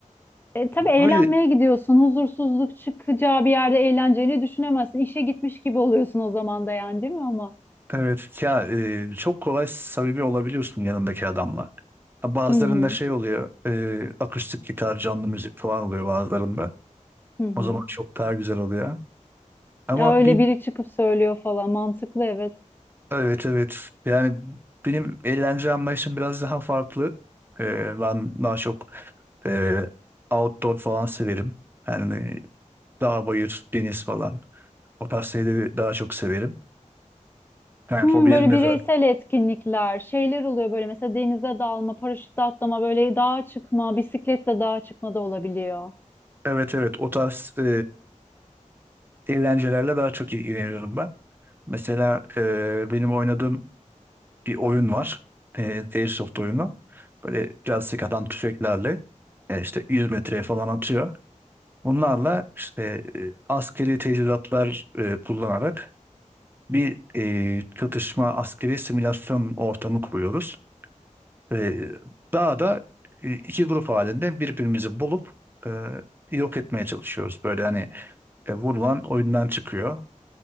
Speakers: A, on the left; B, on the right.
A: E, tabii
B: böyle
A: eğlenmeye gidiyorsun. Huzursuzluk çıkacağı bir yerde eğleneceğini düşünemezsin. İşe gitmiş gibi oluyorsun o zaman da yani değil mi ama?
B: Evet ya e, çok kolay samimi olabiliyorsun yanındaki adamla. Ha, Bazılarında
A: Hı hı.
B: şey oluyor e, akustik gitar canlı müzik falan oluyor bazılarında.
A: Hı hı.
B: O zaman çok daha güzel oluyor. Ama
A: Ya Öyle
B: bir
A: biri çıkıp söylüyor falan mantıklı evet.
B: evet evet yani benim eğlence anlayışım biraz daha farklı. E, ben daha çok e, outdoor falan severim. Yani dağ bayır deniz falan o tarz şeyleri daha çok severim. Yani
A: Hmm,
B: hobilerim
A: böyle
B: de
A: bireysel
B: zaten.
A: etkinlikler, şeyler oluyor böyle mesela denize dalma, paraşütle atlama, böyle dağa çıkma, bisikletle dağa çıkma da olabiliyor.
B: Evet evet o tarz e, eğlencelerle daha çok ilgileniyorum ben. Mesela e, benim oynadığım bir oyun var. E, Airsoft oyunu. Böyle biraz sıkadan tüfeklerle e, işte 100 metreye falan atıyor. Bunlarla işte e, askeri teçhizatlar e, kullanarak bir e, çatışma askeri simülasyon ortamı kuruyoruz. E, daha da e, iki grup halinde birbirimizi bulup e, yok etmeye çalışıyoruz. Böyle hani e, vurulan oyundan çıkıyor.